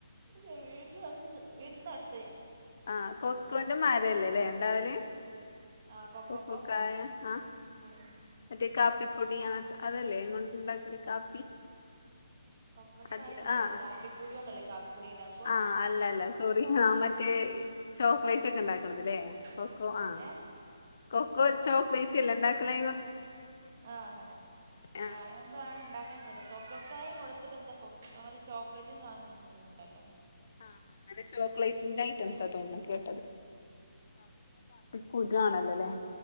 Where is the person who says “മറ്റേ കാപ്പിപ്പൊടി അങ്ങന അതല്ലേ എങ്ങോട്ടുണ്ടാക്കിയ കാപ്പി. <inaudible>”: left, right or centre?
Left